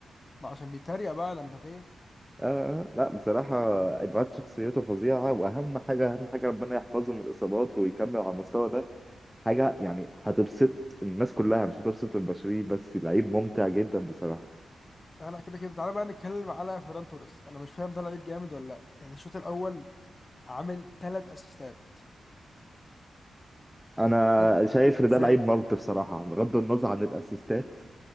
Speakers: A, on the left (about 25°); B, in the centre.
A: ما عشان بيتريق بقى على مبابي
B: آه آه، لا بصراحة الواد شخصيته فظيعة وأهم حاجة أهم حاجة ربنا يحفظه من الإصابات ويكمل على المستوى ده حاجة يعني هتبسط الناس كلها مش هتبسط البشريين بس لعيب ممتع جدا بصراحة
A: انا كده كده تعالى بقى نتكلم على فيران توريس انا مش فاهم ده لعيب جامد ولا لا يعني الشوط الاول عامل ثلاث اسيستات
B: انا
A: ايه ده؟
B: شايف ان
A: ازاي
B: ده لعيب ملط
A: يعني
B: بصراحه بغض النظر عن الاسيستات